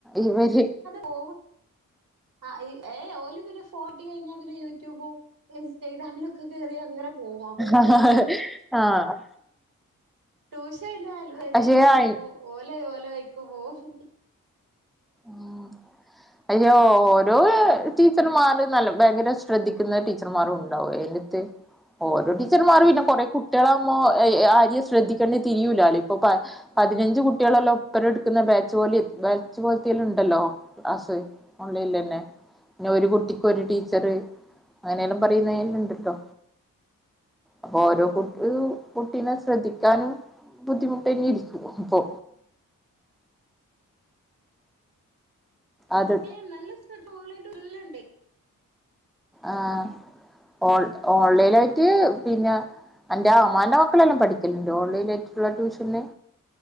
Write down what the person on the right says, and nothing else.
പോൂ ആ ഏഓ പിന്നെ ഫോട്ട കഴിഞ്ഞാ പിന്നെ യൂട്യൂബും ഇൻസ്റ്റാഗ്രാമിലൊക്കെ കേറി അങ്ങനെ പോവും അപ്പൊ പിന്നെ
അമ്മള്
ട്യൂഷ അന്റെ അലുവേദിയില്
നടക്കും ഓല ഓല വെക്കും പോകവും
ഏ നല്ല സ്ഥ ഓൺലൈട്ട് എല്ലണ്ട്.